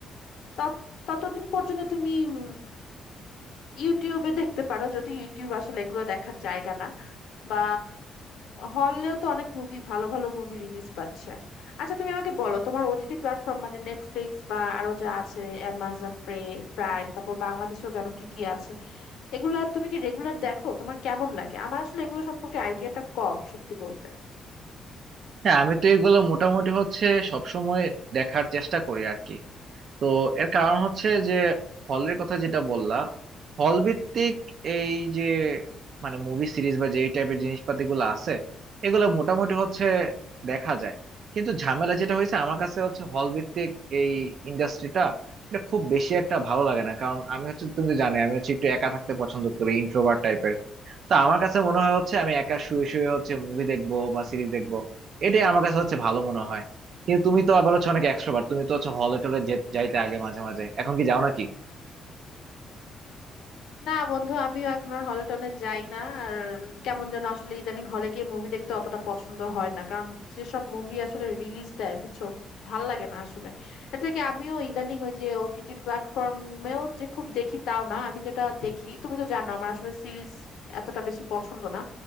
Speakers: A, on the left (about 80°); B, on the right (about 60°).
A: তত- ততদিন পর্যন্ত তুমি উম, ইউটিউবে দেখতে পারো যদি ইউটিউব আসলে এগুলো দেখার জায়গা না বা হলেও তো অনেক মুভি ভালো ভালো মুভি রিলিজ পাচ্ছে আচ্ছা তুমি আমাকে বলো তোমার ওটিটি প্ল্যাটফর্ম মানে নেটফ্লিক্স বা আরো যা আছে অ্যামাজন প্রে প্রাইম তারপর বাংলাদেশেও জানো কি কি আছে এগুলা তুমি কি রেগুলার দেখো তোমার কেমন লাগে আমার আসলে এগুলো সম্পর্কে আইডিয়াটা কম সত্যি বলতে
B: হ্যাঁ আমি তো এগুলো মোটামুটি হচ্ছে সবসময় দেখার চেষ্টা করি আর কি তো এর কারণ হচ্ছে যে হলের কথা যেটা বললা হল ভিত্তিক এই যে মানে মুভি সিরিজ বা যেই টাইপের জিনিসপাতি গুলো আছে এগুলো মোটামুটি হচ্ছে দেখা যায় কিন্তু ঝামেলা যেটা হয়েছে আমার কাছে হচ্ছে হল ভিত্তিক এই ইন্ডাস্ট্রিটা এটা খুব বেশি একটা ভালো লাগে না কারণ আমি হচ্ছে তুমি তো জানো আমি হচ্ছে একটু একা থাকতে পছন্দ করি ইন্ট্রোভার্ট টাইপের তা আমার কাছে মনে হয় হচ্ছে আমি একা শুয়ে শুয়ে হচ্ছে মুভি দেখবো বা সিরিজ দেখবো এটাই আমার কাছে হচ্ছে ভালো মনে হয় কিন্তু তুমি তো আবার হচ্ছে অনেক এক্সট্রোভার্ট তুমি তো হচ্ছে হলে টলে যে- যাইতে আগে মাঝে মাঝে এখন কি যাও নাকি
A: না বন্ধু আমিও এখন আর হলে টলে যাই না আর কেমন যেন আসলে ইদানিং হলে গিয়ে মুভি দেখতে অতটা পছন্দ হয় না কারণ যেসব মুভি আসলে রিলিজ দেয় বুঝছো ভাল লাগে না আসলে এর থেকে আমিও ইদানিং ওই যে ওটিটি প্ল্যাটফর্মেও যে খুব দেখি তাও না আমি যেটা দেখি তুমি তো জানো আমার আসলে সিরিজ এতটা বেশি পছন্দ না